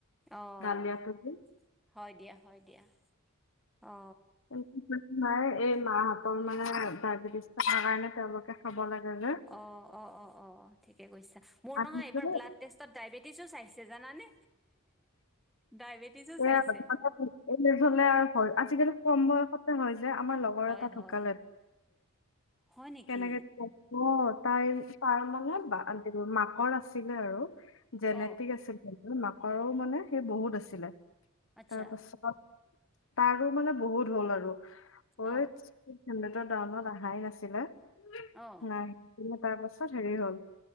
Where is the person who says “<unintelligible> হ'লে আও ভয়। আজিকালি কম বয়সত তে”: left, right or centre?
Left